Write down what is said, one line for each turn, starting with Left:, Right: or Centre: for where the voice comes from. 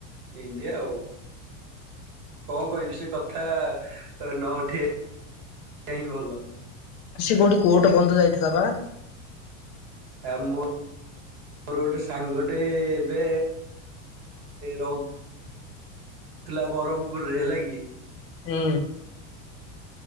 Right: ଏନତିଆ ଆଉ କଣ କହିବି ସେ କଥା ଅ ନ ଉଠେଇ ହିଁ ଭଲ।
Left: ସେ କୋଉଠି କୋଟ ବନ୍ଦ ଯାଇଥିଲା ବା।
Right: ଆ ମୁଁ ମୋର ଗୋଟେ ସାଙ୍ଗଟେ ଏବେ ରହୁ ଥିଲା ବ୍ରହ୍ମପୁରରେ ହେଲା କି
Left: ହୁଁ।